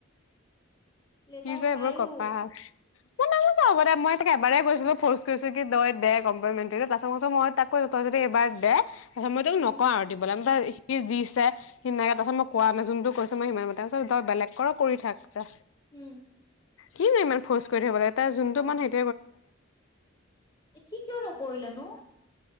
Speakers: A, on the left; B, on the left.
A: লেটাৰ
B: কি যে
A: পায়ো
B: এইবোৰ কপাল মই ন হ'ব দে মই থাকে এবাৰে কৈছিলো ফৰ্ছ কৰিছো কি তই দে কম্পাৰ মেন্টাল মই তাক কৈছো তই যদি এইবাৰ দে আচ্ছা মই তোক
A: উম
B: নকওঁ আৰু দিবলে দিছে সিনাকে তাৰপিছত কোৱা নাই যোনটো কৈছো মই সিমান তিছত বেলেগ কৰি থাক যা
A: উম।
B: কি নো ইমান ফৰ্চ কৰি থাকিব লাগে তাৰ যোনটো মন সেইটো
A: সি কিয় নকৰিলেনো?